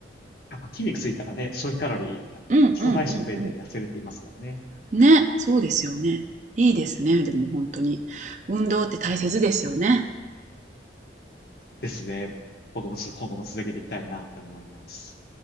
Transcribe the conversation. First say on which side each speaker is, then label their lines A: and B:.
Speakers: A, on the left; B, on the right.
A: やっぱ筋肉ついたらね、消費カロリー、
B: うんうんうん
A: 基礎代謝増えて痩せるって言いますもんね。
B: うん。ね、そうですよね。いいですね、でも本当に。運動って大切ですよね。
A: ですね。僕もちょっと今後も続けていきたいなって思います。